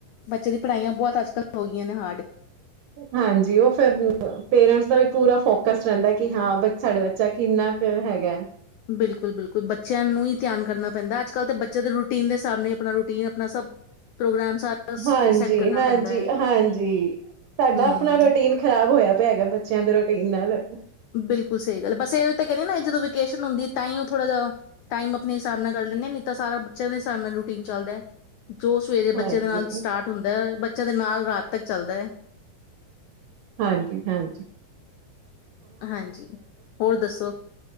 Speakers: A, on the left; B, on the right.
A: ਬੱਚਿਆਂ ਦੀ ਪੜ੍ਹਾਈਆਂ ਬਹੁਤ ਅੱਜ ਕੱਲ੍ਹ ਹੋ ਗਈਆਂ ਨੇ ਹਾਰਡ
B: ਹਾਂਜੀ ਓਹ ਫਿਰ ਪੇਰੈਂਟਸ ਦਾ ਵੀ ਪੂਰਾ ਫੋਕਸ ਰਹਿੰਦਾ ਕਿ ਹਾਂ ਸਾਡੇ ਬੱਚਾ ਕਿੰਨਾ ਕੇ ਹੈਗਾ
A: ਬਿਲਕੁੱਲ ਬਿਲਕੁੱਲ ਬੱਚਿਆਂ ਨੂੰ ਹੀ ਧਿਆਨ ਕਰਨਾ ਪੈਂਦਾ ਅੱਜ ਕੱਲ੍ਹ ਤਾਂ ਬੱਚੇ ਦੇ ਰੂਟੀਨ ਦੇ ਹਿਸਾਬ ਨਾਲ ਹੀ ਆਪਣਾ ਰੂਟੀਨ ਆਪਣਾ ਸਭ ਪ੍ਰੋਗਰਾਮ ਸਾਰਾ
B: ਹਾਂਜੀ-ਹਾਂਜੀ-ਹਾਂਜੀ
A: ਸੈੱਟ ਕਰਨਾ ਪੈਂਦਾ ਹੈ
B: ਸਾਡਾ
A: ਹਮ।
B: ਆਪਣਾ ਰੋਟੀਨ ਖ਼ਰਾਬ ਹੋਇਆ ਪਿਆ ਹੈਗਾ ਬੱਚਿਆਂ ਦੇ ਰੋਟੀਨ ਨਾਲ
A: ਬਿਲਕੁੱਲ ਸਹੀ ਗੱਲ ਬਸ ਇਹ ਤਾਂ ਕਹਿੰਦੇ ਨਾ ਜਦੋਂ ਵੇਕੇਸ਼ਨ ਹੁੰਦੀ ਐ ਤਾਂ ਹੀ ਓ ਥੋੜ੍ਹਾ ਜਿਹਾ ਟਾਈਮ ਆਪਣੇ ਹਿਸਾਬ ਨਾਲ ਕੱਢ ਲੈਂਨੇ ਆ ਨਹੀਂ ਤਾਂ ਸਾਰਾ ਬੱਚਿਆਂ ਦੇ ਹਿਸਾਬ ਨਾਲ ਰੂਟੀਨ ਚੱਲਦਾ ਐ ਜੋ ਸਵੇਰੇ
B: ਹਾਂਜੀ।
A: ਬੱਚਿਆਂ ਦੇ ਨਾਲ ਸਟਾਰਟ ਹੁੰਦਾ ਬੱਚਿਆਂ ਦੇ ਨਾਲ ਰਾਤ ਤੱਕ ਚੱਲਦਾ ਆ
B: ਹਾਂਜੀ-ਹਾਂਜੀ
A: ਹਾਂਜੀ ਹੋਰ ਦੱਸੋ